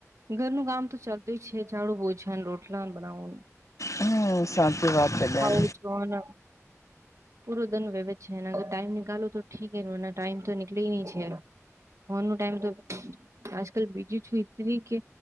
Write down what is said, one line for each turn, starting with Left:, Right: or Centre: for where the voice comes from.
Right: ઘરનું કામ તો ચાલતું છે ઝાડુ ભોજન રોટલા બનાવનું
Left: હમ સાચી વાત છે બેન.
Right: હવ જોોન પૂરો દંન વ્યવે છે ટાઈમ નીિકાલો તો ઠીક એ ટાઈમ તો નીકળી ન છે <unintelligible> ટાઈમ તો આજકાલ બીજું છું કે